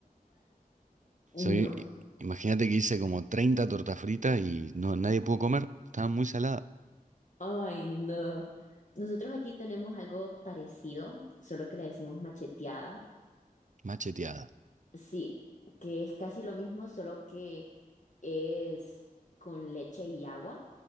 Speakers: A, on the left (about 55°); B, on the right (about 55°).
A: No.
B: Soy, imagínate que hice como 30 tortas fritas y no, nadie pudo comer, estaban muy saladas.
A: Ay, no. Nosotros aquí tenemos algo parecido, solo que le decimos macheteada.
B: Macheteada.
A: Sí, que es casi lo mismo, solo que es con leche y agua